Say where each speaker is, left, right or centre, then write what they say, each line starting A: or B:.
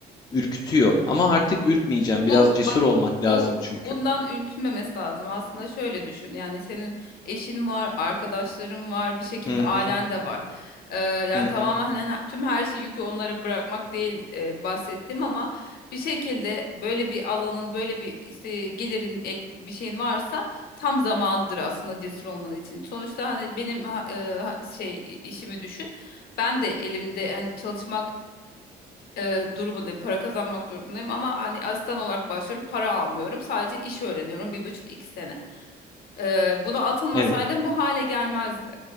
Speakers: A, on the left; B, on the left.
A: ürkütüyor. Ama artık ürkmeyeceğim.
B: Bu
A: Biraz cesur
B: bak
A: olmak lazım
B: bu
A: çünkü.
B: bundan ürkünmemesi lazım. Aslında şöyle düşün. Yani senin eşin var, arkadaşların var, bir şekilde
A: Hı
B: ailen
A: hı,
B: de var. Ee, yani
A: hı
B: tamamen
A: hı.
B: hani her- tüm her şey yükü onlara bırakmak değil e, bahsettim ama bir şekilde böyle bir alanın, böyle bir işte gelirin ek bir şeyin varsa tam zamanıdır aslında cesur olman için. Sonuçta hani benim ha- e, ha- şey işimi düşün. Ben de elimde hani çalışmak e, durumundayım. Para kazanmak durumundayım ama hani asistan olarak başlıyorum. Para almıyorum. Sadece iş öğreniyorum. Bir buçuk iki sene. Ee, buna atılmasaydım
A: Evet.
B: bu hale gelmezdi.